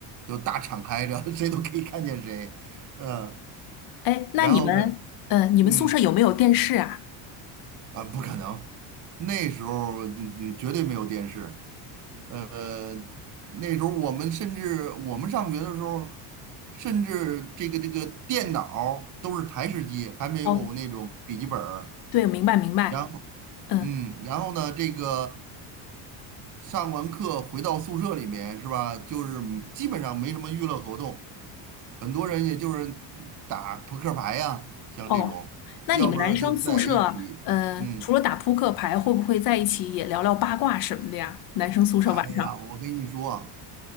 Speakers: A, on the right; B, on the left.
A: 就大敞开着，<laughs> 谁都可以看见谁。嗯，
B: 哎，那你们，
A: 然后呢，
B: 嗯，你们宿舍有没有电视啊？
A: 嗯。啊，不可能，那时候嗯嗯绝对没有电视。呃，那时候我们甚至我们上学的时候，甚至这个这个电脑儿都是台式机，还没有那种笔记本儿
B: 哦，对，明白明白。
A: 然后，
B: 嗯。
A: 嗯，然后呢，这个上完课回到宿舍里面是吧？就是基本上没什么娱乐活动，很多人也就是嗯打扑克牌呀、像这种，
B: 哦，那你们男生宿舍，
A: 要不然就在一起，
B: 呃，
A: 嗯。
B: 除了打扑克牌，会不会在一起也聊聊八卦什么的呀？男生宿舍晚上，
A: 哎呀，我跟你说啊